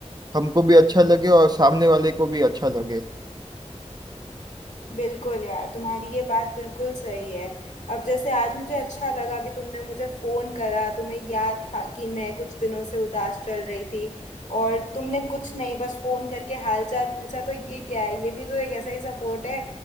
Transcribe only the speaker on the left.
बिल्कुल यार तुम्हारी ये बात बिल्कुल सही है अब जैसे आज मुझे अच्छा लगा कि तुमने मुझे फोन करा तुम्हें याद था कि मैं कुछ दिनों से उदास चल रही थी और तुमने कुछ नहीं बस फोन करके हालचाल पूछा तो ये क्या है ये भी तो एक ऐसा ही सपोर्ट है